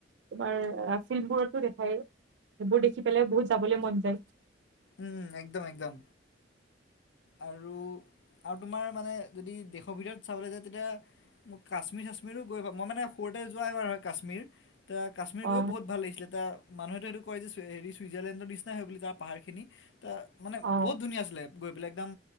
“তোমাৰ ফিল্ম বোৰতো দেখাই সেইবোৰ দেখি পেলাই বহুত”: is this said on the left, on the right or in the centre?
Right